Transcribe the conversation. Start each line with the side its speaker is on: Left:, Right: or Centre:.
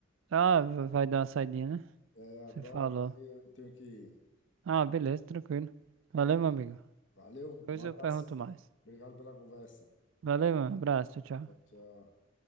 Right: Ah, v- vai dar uma saidinha, né?
Left: É, agora
Right: Você falou.
Left: aqui eu tenho que ir.
Right: Ah, beleza, tranquilo. Valeu, meu amigo.
Left: Valeu,
Right: Depois
Left: um abração.
Right: eu pergunto mais.
Left: Obrigado pela conversa.
Right: Valeu, mano. Abraço. Tchau, tchau.
Left: Tchau, tchau.